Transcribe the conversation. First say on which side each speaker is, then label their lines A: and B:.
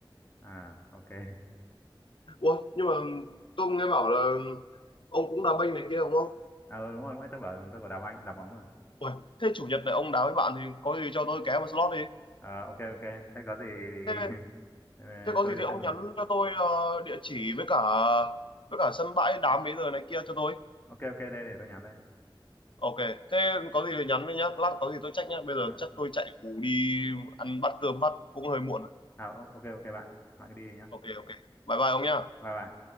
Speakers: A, on the left (about 25°); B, on the left (about 70°).
A: à ok <laughs>
B: ủa nhưng mà tôi nghe bảo là ông cũng đá banh này kia đúng không
A: ờ đúng rồi đúng rồi tôi bảo tôi có đá banh đá bóng mà
B: Ui, thế chủ nhật này ông đá với bạn thì có gì cho tôi ké vào slot đi.
A: ờ ok ok thế có gì thì
B: Thế,
A: <laughs> ờ,
B: thế có
A: tôi
B: gì thì ông
A: sẽ xuống
B: nhắn cho tôi ờ, địa chỉ với cả với cả sân bãi đá mấy giờ này kia cho tôi.
A: ok ok đây để tôi nhắn đây
B: Ok, thế có gì thì nhắn đi nhá, lát có gì tôi check nhá. Bây giờ
A: Ờ,
B: chắc tôi chạy ngủ đi ăn bát cơm bát cũng hơi muộn rồi.
A: à ok ok bạn bạn cứ đi đi nhá
B: Ok ok. Bye bye ông nhá.
A: bye bye